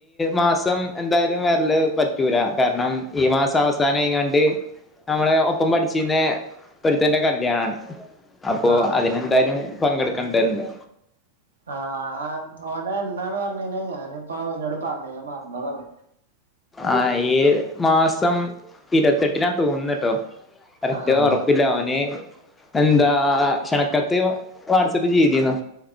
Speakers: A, on the left; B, on the right.
A: മാസം എന്തായാലും വരല് പറ്റൂല കാരണം ഈ മാസം അവസാനായികാണ്ട് നമ്മളെ ഒപ്പം പഠിച്ചിരുന്ന ഒരുത്തന്റെ കല്യാണാണ് അപ്പൊ
B: ആഹ്
A: അതിനെന്തായാലും പങ്കെടുക്കണ്ടതുണ്ട്
B: ആഹ് ആഹ് ഓന് എന്നാണ് പറഞ്ഞിനിയെ ഞാനിപ്പോ എന്നോട് പറഞ്ഞിനി ഞാൻ മറന്നതാണ്
A: ആഹ് ഈ മാസം ഇരുപത്തെട്ടിനാ തോന്നുന്നുട്ടോ കറക്റ്റ്
B: ആഹ്
A: ഉറപ്പില്ല അവന് എന്താ ക്ഷണക്കത്ത് വാട്സ്ആപ്പ് ചെയ്തിന്നു